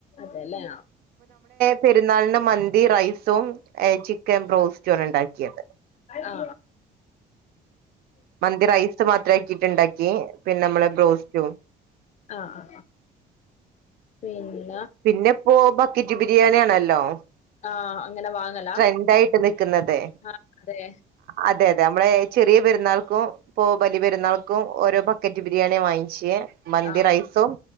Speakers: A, on the left (about 45°); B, on the right (about 65°).
A: തെലെ
B: പെരുന്നാളിന് മന്തി റൈസും ഹേ ചിക് ക്കൻ ബ്രോസ്റ്റും ആണ് ഇണ്ടാക്കിയത്
A: ആ
B: മന്തി റൈസ് മാത്രക്കിട്ടാ ഇണ്ടാക്കെ പിന്നെ മ്മളെ ബ്രോസ്റ്റും
A: ആ ആ പിന്നെ
B: പിന്നേപ്പോ <unintelligible> ബിരിയാണിയാണല്ലോ
A: ആഹ് അങ്ങനെ വാങ്ങലാ
B: രണ്ടായിട്ട് വെക്ന്നത്
A: ആഹ് അതെ
B: അതെ അതെ അമ്മളെ ചെറിയ പെരുന്നാൾക്കും പോ ബലി പെരുന്നാൾക്കും ഓരോ ബക്കറ്റ് ബിരിയാണി വാങ്ങിച്ചേ മന്തി
A: ആഹ്
B: റൈസും